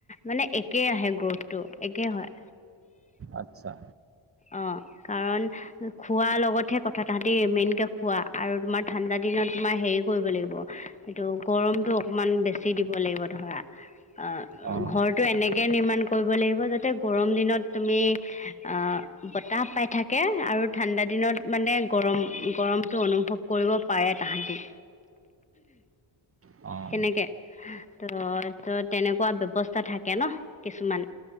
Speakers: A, on the left (about 15°); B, on the right (about 30°).
A: মানে একেই আহে গ্ৰোথটো একে হয়।
B: আচ্ছা।
A: অ', কাৰণ খোৱা লগতহে কথা তাহাতি মেইনকে খোৱা আৰু তোমাৰ ঠাণ্ডা দিনত তোমাৰ হেৰি কৰিব লাগিব। এইটো গৰমটো অকমান বেছি দিব লাগিব ধৰা। অ',
B: অঁ
A: ঘৰটো এনেকে নিৰ্মণ কৰিব লাগিব যাতে গৰম দিনত তুমি আ বতাহ পাই থাকে আৰু ঠাণ্ডা দিনত মানে গৰম গৰমটো অনুভৱ কৰিব পাৰে তাহাঁতি।
B: অ'।
A: তেনেকে ত' ত' তেনেকুৱা ব্যৱস্থা থাকে ন। কিছুমান